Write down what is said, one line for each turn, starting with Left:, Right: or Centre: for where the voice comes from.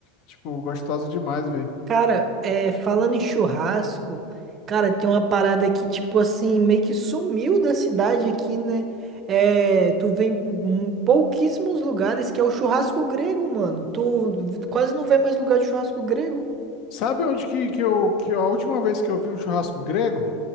Left: Tipo, gostosa demais, velho.
Right: Cara, é, falando em churrasco, cara, tem uma parada que, tipo assim, meio que sumiu da cidade aqui, né? É, tu vê em pou- pouquíssimos lugares que é o churrasco grego, mano. Tu quase não vê mais lugar de churrasco grego.
Left: Sabe onde que, que eu, que a última vez que eu vi um churrasco grego?